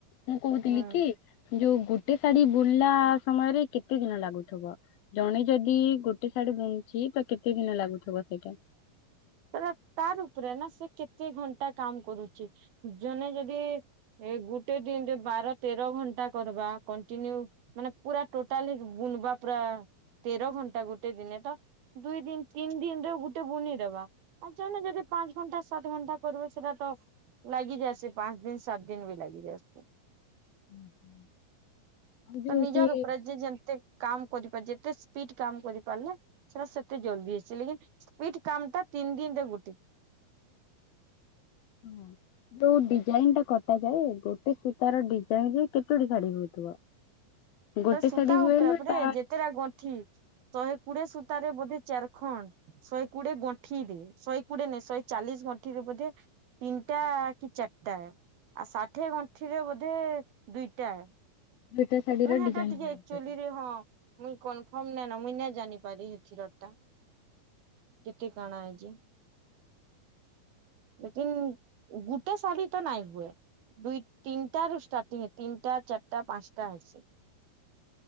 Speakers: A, on the left; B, on the right.
A: ମୁଁ କହୁଥିଲି
B: ହୁଁ
A: କି ଯୋଉ ଗୋଟେ ଶାଢ଼ୀ ବୁଲିଲା ସମୟରେ କେତେ ଦିନ ଲାଗୁଥିବ? ଜଣେ ଯଦି ଗୋଟେ ଶାଢ଼ୀ ବୁଣୁଛି, ତ କେତେ ଦିନ ଲାଗୁଥିବ ସେଇଟା?
B: ତ ତାର ଉପରେ ନା ସେ କେତେ ଘଣ୍ଟା କାମ କରୁଛି? ଜଣେ ଯଦି ଏ ଗୁଟେ ଦିନରେ ବାର ତେର ଘଣ୍ଟା କରିବା କଣ୍ଟିନ୍ୟୁ। ମାନେ ପୁରା ଟୋଟାଲି ବୁଣବା ପୁରା ତେର ଘଣ୍ଟା ଗୋଟେ ଦିନେ ତ ଦୁଇ ଦିନ ତିନି ଦିନରେ ଗୋଟେ ବୁନିଦବା। ଆଉ ଜନେ ଯଦି ପାଞ୍ଚ ଘଣ୍ଟା ସାତ ଘଣ୍ଟା କରିବ ସେଟ ତ ଲାଗିଯାଇସି ପାଞ୍ଚ ଦିନ ସାତ ଦିନ ବି ଲାଗିଯାଇସି।
A: <inaudible> ଆଉ ଯୋଉ
B: ତ ନିଜର
A: ସେ
B: ଉପରେ ଯେ ଯେମତି କାମ କରିପାର ଯେତେ ସ୍ପିଡ କାମ କରିପାରଲା ସେଟା ସେତେ ଜଲଦି ହେଇସି। ଲେକିନ୍ ସ୍ପିଡ୍ କାମ ଟା ତିନି ଦିନ ରେ ଗୁଟେ।
A: ହୁଁ। ଯୋଉ ଡିଜାଇନ ଟା କଟା ଯାଏ, ଗୋଟେ ସୂତାର ଡିଜାଇନ ରେ କେତୋଟି ଶାଢ଼ୀ ହଉଥିବ? <inaudible>
B: ତ ସୂତା
A: ଶାଢୀ ହୁଏ
B: ଉପରେ
A: ନା
B: ପରେ
A: ତା
B: ଯେତେଟା ଗଣ୍ଠି। ଶହେ କୋଡି଼ଏ ସୂତା ରେ ବୋଧେ ଚାର ଖଣ୍ଡ। ଶହେ କୋଡି଼ଏ ଗଣ୍ଠିରେ, ଶହେ କୋଡି଼ଏ ନେଇ ଶହେ ଚାଳିଶ ଗଣ୍ଠିରେ ବୋଧେ ତିନିଟା କି ଚାରିଟା। ଆଉ ଷାଠିଏ ଗଣ୍ଠିରେ ବୋଧେ ଦୁଇଟା।
A: ଦୁଇଟା ଶାଢୀର
B: ମୁଁ ହେଟା
A: ଡିଜାଇନ
B: ଟିକେ
A: ବନିପାରେ।
B: ଆକ୍ଚୁଆଲିରେ ହଁ ମୁଇ କନପର୍ମ ନାଇନ। ମୁଇଁ ନେଇ ଜାନିପାରି ହେଥିର ଟା। କେତେ କାଣା ଆଇଚେ?
A: <inaudible>
B: ଲେକିନ୍ ଗଟେ ଶାଢ଼ୀ ତ ନାଇଁ ହୁଏ। ଦୁଇ ତିନଟାରୁ ଷ୍ଟାର୍ଟିଂ। ତିନଟା ଚାରଟା ପାଞ୍ଚଟା ହେସ।